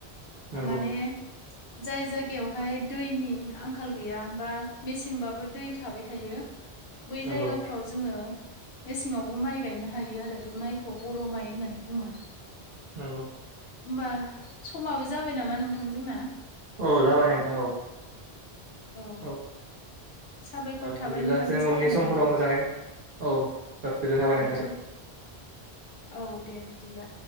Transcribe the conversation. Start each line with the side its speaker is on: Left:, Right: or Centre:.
Right: नंगौ
Left: माने जाय जायगायावहाय दैनि आंखाल गैया बा मेसेंबाबो दै थाबाय थायो बै
Right: नंगौ
Left: जायगाफ्राव जोङो मेसेंङावबो माइ गायनो हायो आरो बे माइखौ बर' माइ होननानै बुंङो।
Right: नोंगौ
Left: होमबा समाबो जाबाय नामा नोंथां जोंना?
Right: औ जाबाय नोंथां औ।
Left: औ
Right: औ ओ
Left: साबायखर थाबाय
Right: बिदिब्ला
Left: नोंथांजों
Right: जों
Left: सावरायनानै
Right: उननि समफोराव मोजांङै औ गोजोन्नाय
Left: औ
Right: थाबाय नोंथांसिम।
Left: औ दे बिदिब्ला।